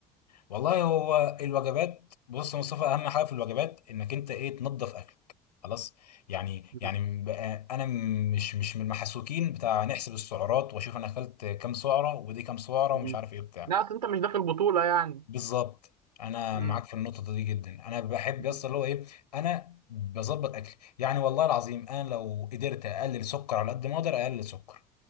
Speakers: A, on the left; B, on the right.
A: والله هو الوجبات بص يا مصطفى اهم حاجه في الوجبات انك انت ايه تنظف اكلك خلاص يعني
B: مم.
A: يعني بقى انا مش مش من المحسوكين بتاع نحسب السعرات واشوف انا اكلت كام سعره ودي كام سعره ومش
B: مم.
A: عارف ايه بتاع
B: لا اصل انت مش داخل بطوله يعني
A: بالظبط انا
B: مم.
A: معاك في النقطه دي جدا انا بحب
B: مم.
A: يس اللي هو ايه انا بظبط اكلي يعني والله العظيم انا لو قدرت اقلل سكر على قد ما اقدر اقلل سكر